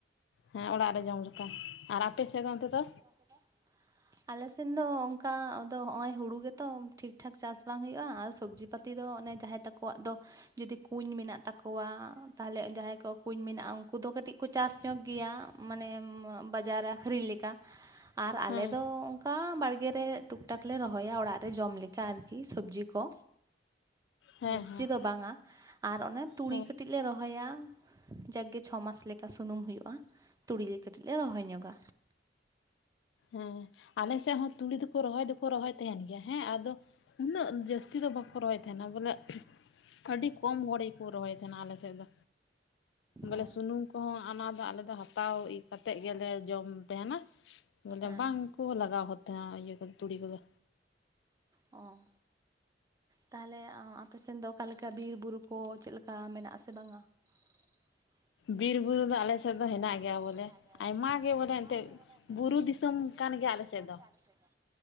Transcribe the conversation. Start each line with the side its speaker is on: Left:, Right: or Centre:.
Left: ᱦᱮᱸ ᱚᱲᱟᱜ ᱨᱮ ᱡᱚᱢ ᱞᱮᱠᱟ ᱟᱨ ᱟᱯᱮ ᱥᱮᱫ ᱫᱚ ᱚᱱᱛᱮ ᱫᱚ
Right: ᱴᱮ ᱟᱞᱮ ᱥᱮᱫ ᱫᱚ ᱚᱱᱠᱟ ᱱᱚᱜ ᱚᱭ ᱦᱩᱲᱩ ᱜᱮᱛᱚ ᱴᱷᱤᱠ ᱴᱷᱟᱠ ᱪᱟᱥ ᱵᱟᱝ ᱦᱩᱭᱩᱜᱼᱟ ᱟᱨ ᱥᱚᱵᱽᱡᱤ ᱯᱟ ᱯᱟᱹᱛᱤ ᱫᱚ ᱚᱱᱮ ᱡᱟᱦᱟᱭ ᱛᱟᱠᱚᱣᱟᱜ ᱫᱚᱼᱼ ᱡᱩᱫᱤ ᱠᱩᱧ ᱢᱮᱱᱟᱜ ᱛᱟᱠᱚᱣᱟ ᱛᱟᱦᱞᱮ ᱡᱟᱦᱟᱸᱭ ᱠᱚᱣᱟᱜ ᱠᱩᱧ ᱢᱮᱱᱟᱜᱼᱟ ᱩᱱᱠᱩ ᱫᱚ ᱠᱟᱹᱴᱤᱡ ᱠᱚ ᱪᱟᱥ ᱧᱚᱜ ᱜᱮᱭᱟ᱾ ᱢᱟᱱᱮ ᱵᱟᱡᱟᱨ ᱨᱮ ᱟᱹᱠᱷᱨᱤᱧ ᱞᱮᱠᱟ ᱟᱨ ᱟᱞᱮ
Left: ᱦᱮᱸ
Right: ᱫᱚ᱾ ᱚᱱᱠᱟ ᱵᱟᱲᱜᱮ ᱨᱮ ᱴᱩᱠ ᱴᱟᱠ ᱞᱮ ᱨᱚᱦᱚᱭᱟ ᱚᱲᱟᱜ ᱨᱮ ᱡᱚᱢ ᱞᱮᱠᱟ ᱟᱨᱠᱤ ᱥᱚᱵᱡᱤ ᱠᱚ,
Left: ᱦᱮᱸ
Right: ᱡᱟᱹᱥᱛᱤ
Left: ᱦᱮᱸ
Right: ᱫᱚ ᱵᱟᱝᱼᱟ ᱟᱨ ᱚᱱᱮ ᱛᱩᱲᱤ
Left: ᱦᱮᱸ
Right: ᱠᱟᱹᱴᱤᱡᱼᱼ ᱞᱮ ᱨᱚᱦᱚᱭᱟ, ᱡᱟᱜᱮ ᱪᱷᱚ ᱢᱟᱥ ᱞᱮᱠᱟ ᱥᱩᱱᱩᱢ ᱦᱩᱭᱩᱜᱼᱟ᱾ ᱛᱩᱲᱤ ᱠᱟᱹᱴᱤᱡ ᱞᱮ ᱨᱚᱦᱚᱭ ᱧᱚᱜᱼᱟ᱾
Left: ᱦᱮᱸ ᱟᱞᱮ ᱥᱮᱫ ᱦᱚᱸ ᱛᱩᱲᱤ ᱫᱚᱠᱚ ᱨᱚᱦᱚᱭ ᱫᱚᱠᱚ ᱨᱚᱦᱚᱭ ᱛᱟᱦᱮᱸᱱ ᱜᱮᱭᱟ ᱦᱮᱸ ᱟᱫᱚᱼᱼ ᱩᱱᱟᱹᱜ ᱡᱟᱹᱥᱛᱤ ᱫᱚ ᱵᱟᱠᱚ ᱨᱚᱦᱚᱭ ᱛᱟᱦᱮᱸᱱᱟ ᱵᱚᱞᱮ ᱟᱹᱰᱤ ᱠᱚᱢ ᱦᱚᱲ ᱜᱮᱠᱚ ᱨᱚᱦᱚᱭ ᱛᱟᱦᱮᱸᱱᱟ ᱟᱞᱮᱥᱮᱫ ᱫᱚ᱾ ᱵᱚᱞᱮ
Right: ᱚ
Left: ᱥᱩᱱᱩᱢ ᱠᱚᱦᱚᱸ ᱚᱱᱟ ᱫᱚ ᱟᱞᱮ ᱫᱚ ᱦᱟᱛᱟᱣ ᱠᱟᱛᱮᱜ ᱜᱮᱞᱮ ᱡᱚᱢ ᱛᱟᱦᱮᱸᱱᱟ᱾ ᱵᱚᱞᱮ
Right: ᱦᱮᱸ
Left: ᱵᱟᱝᱠᱚ ᱞᱟᱜᱟᱣᱮᱫ ᱛᱟᱦᱮᱸᱱᱟ ᱤᱭᱟᱹ ᱠᱚᱫᱚ ᱛᱩᱲᱤ ᱠᱚᱫᱚ᱾
Right: ᱚ ᱛᱟᱦᱚᱞᱮ ᱟᱯᱮᱥᱮᱱ ᱫᱚ ᱚᱠᱟ ᱞᱮᱠᱟ ᱵᱤᱨ ᱵᱩᱨᱩ ᱠᱚ ᱪᱮᱫ ᱞᱮᱠᱟ ᱢᱮᱱᱟᱜ ᱟᱥᱮ ᱵᱟᱝᱟ? <inaudible>
Left: ᱵᱤᱨ ᱵᱩᱨᱩ ᱫᱚ ᱟᱞᱮ
Right: ᱵᱤᱨ
Left: ᱥᱮᱫ
Right: ᱵᱩᱨᱩ ᱫᱚ
Left: ᱦᱮᱱᱟᱜ
Right: ᱟᱞᱮ
Left: ᱜᱮᱭᱟ
Right: ᱥᱮᱫ ᱫᱚ
Left: ᱵᱚᱞᱮ
Right: ᱦᱮᱱᱟᱜ ᱜᱮᱭᱟ
Left: ᱟᱭᱢᱟ
Right: ᱵᱚᱞᱮ
Left: ᱜᱮ
Right: ᱟᱭᱢᱟ
Left: ᱮᱱᱛᱮᱫ
Right: ᱜᱮ ᱵᱚᱞᱮ ᱮᱱᱛᱮᱫ
Left: ᱵᱩᱨᱩ ᱫᱤᱥᱚᱢ
Right: ᱵᱩᱨᱩ
Left: ᱠᱟᱱ
Right: ᱫᱤᱥᱚᱢᱼᱼ
Left: ᱜᱮᱭᱟ ᱟᱞᱮ
Right: <unintelligible>
Left: ᱥᱮᱫ ᱫᱚ
Right: ᱜᱮᱭᱟ ᱟᱞᱮᱥᱮᱫ ᱢᱟ᱾